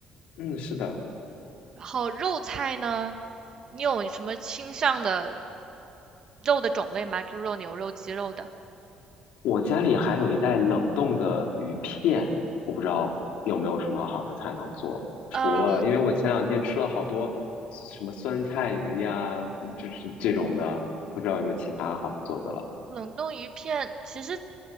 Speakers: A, on the left (about 75°); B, on the right (about 30°).
A: 嗯，是的。
B: 然后肉菜呢，你有什么倾向的肉的种类吗？猪肉、牛肉、鸡肉的？
A: 我家里还有一袋冷冻的鱼片，我不知道有没有什么好的菜能做。除了，
B: 呃，
A: 因为我前两天吃了好多什么酸菜鱼呀，就是这种的，不知道有没有其他好做的了。
B: 冷冻鱼片其实